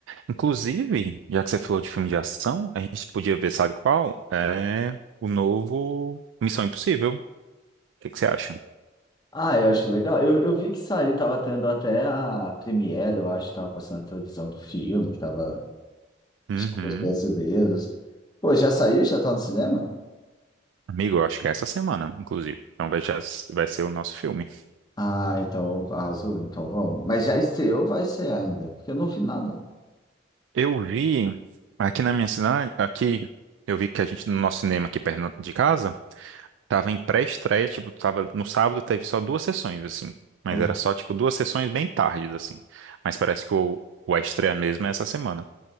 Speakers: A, on the right; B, on the left.
A: Inclusive, já que você falou de filme de ação, a gente podia ver, sabe qual? É o novo Missão Impossível. O que que você acha?
B: Ah, eu acho legal. Eu, eu vi que saiu, tava tendo até a premiere, eu acho, tava passando a televisão do filme, que tava,
A: Uhum.
B: tinha os brasileiros. Pô, já saiu? Já tá no cinema?
A: Amigo, eu acho que é essa semana, inclusive. Então vai, já- vai ser o nosso filme.
B: Ah, então arrasou, então vamos. Mas já estreou, ou vai ser ainda, porque eu não vi nada.
A: Eu vi aqui na minha cidade, aqui, eu vi que a gente, no nosso cinema aqui perto de casa, Tava em pré-estreia, tipo, tava no sábado teve só duas sessões, assim. Mas
B: Ah.
A: era só, tipo, duas sessões bem tardes, assim. Mas parece que o, o a estreia mesmo é essa semana.